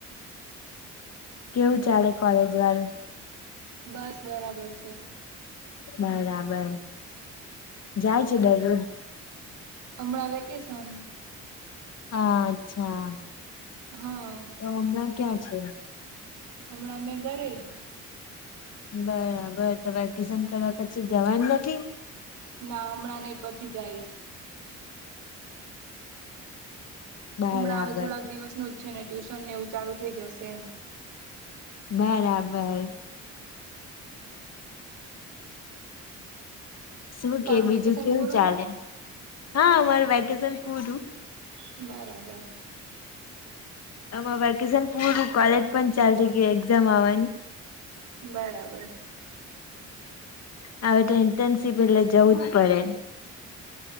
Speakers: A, on the left; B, on the right.
A: કેવું ચાલે કોલેજ વાળુ
B: બસ બરાબર છે.
A: બરાબર જાય છે દરરોજ.
B: અમણા વેકેસન.
A: હા અચ્છા.
B: હા.
A: તો હમણાં ક્યાં છે.
B: હમણાં મેં ઘરે જ.
A: બરાબર તો વેકેશન કરવા પછી જવાન નથી?
B: ના હમણાં નઈ પછી જઈશ.
A: બરાબર
B: હમણાં હવે થોડાક દિવસનું જ છે ને ટ્યુશન ને એવું ચાલુ થઈ જશે એમ.
A: બરાબર. શું
B: તારું
A: કે બીજું
B: વેકેશન
A: કેવું
B: પૂરું
A: ચાલે? હા અમારું વેકેશન પૂરું.
B: બરાબર.
A: આમાં વેકેશન પૂરું કોલેજ પણ ચાલુ થઈ ગય એક્ઝામ આવવાની.
B: બરાબર.
A: હવે તો ઈન્ટર્નશીપ એટલે જવું પડે